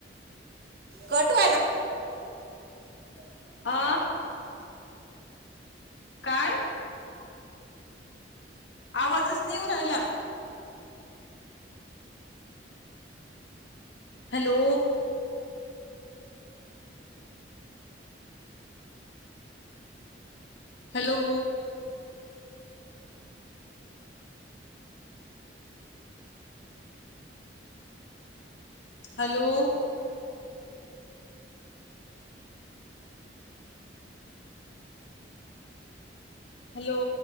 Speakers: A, on the right; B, on the left.
A: कट व्हाय ना
B: आ काय आवाजच नेऊ राहिला हॅलो हॅलो हॅलो हॅलो